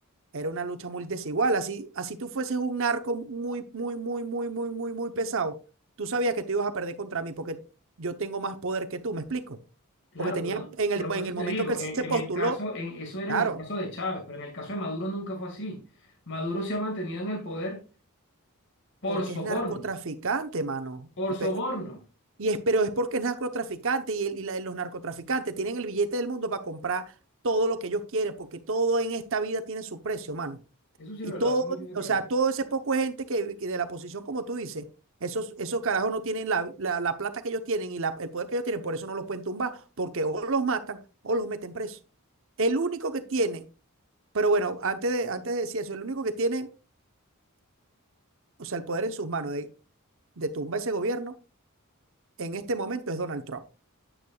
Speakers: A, on the right; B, on the left.
A: Era una lucha muy desigual. Así, así tú fueses un narco muy, muy, muy, muy, muy, muy, muy pesado. Tú sabías que tú ibas a perder contra mí porque yo tengo más poder que tú, ¿me explico?
B: Claro,
A: Porque tenía,
B: pero no,
A: en el,
B: pero por
A: en
B: eso
A: el
B: te
A: momento
B: digo,
A: que él
B: en,
A: se
B: en
A: postuló,
B: el caso, en, eso era
A: claro,
B: en el caso de Chávez, pero en el caso de Maduro nunca fue así. Maduro se ha mantenido en el poder por
A: porque
B: soborno,
A: es narcotraficante, mano.
B: por
A: Y,
B: soborno.
A: pe- y es, pero es porque es narcotraficante y, el- y la- los narcotraficantes tienen el billete del mundo para comprar todo lo que ellos quieren, porque todo en esta vida tiene su precio, mano.
B: Eso sí
A: Y
B: es verdad,
A: todo,
B: tú no tienes
A: o
B: precio.
A: sea, todo ese poco de gente que, que de la posición, como tú dices, esos, esos carajos no tienen la, la- la plata que ellos tienen y la- el poder que ellos tienen, por eso no los pueden tumbar, porque o los matan o los meten presos. El único que tiene, pero bueno, antes de, antes de decir eso, el único que tiene, o sea, el poder en sus manos de, de tumbar ese gobierno en este momento es Donald Trump.